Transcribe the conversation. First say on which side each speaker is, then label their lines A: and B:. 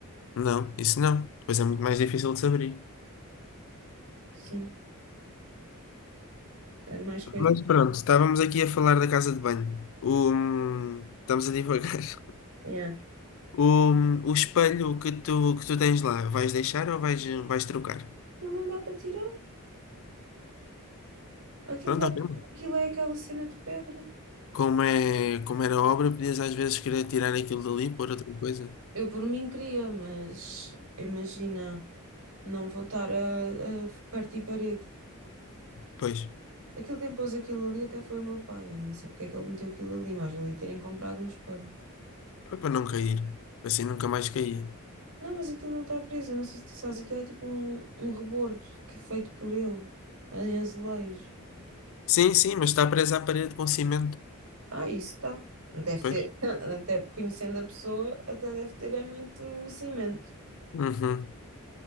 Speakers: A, on the left (about 65°); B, on the right (about 80°).
A: Não, isso não. Depois é muito mais difícil de se abrir.
B: Sim, é mais coisas.
A: Mas pronto, estávamos aqui a falar da casa de banho. O... Estamos a divagar. <laughs>
B: Yeah.
A: O, o espelho que tu, que tu tens lá, vais deixar ou vais, vais trocar?
B: Aquilo não dá para tirar. Aquilo
A: Pronto,
B: dá...
A: ok. mano.
B: Aquilo é aquela cena de pedra.
A: Como é, como era a obra, podias às vezes querer tirar aquilo dali, pôr outra coisa.
B: Eu por mim queria, mas imagina, não vou estar a, a partir parede.
A: Pois,
B: Aquilo quem pôs aquilo ali até foi o meu pai. Eu nem sei porque é que ele meteu aquilo ali, mas ali terem comprado um espelho.
A: foi para não cair. Assim nunca mais caía.
B: Não, mas aquilo não está preso. Eu não sei se tu sabes, aquilo é tipo um, um rebordo que é feito por ele, em azulejo.
A: Sim, sim, mas está presa à parede com cimento.
B: Ah, isso está. Deve
A: Pois.
B: ter, <laughs> até conhecendo a pessoa, até deve ter é muito cimento.
A: Uhum.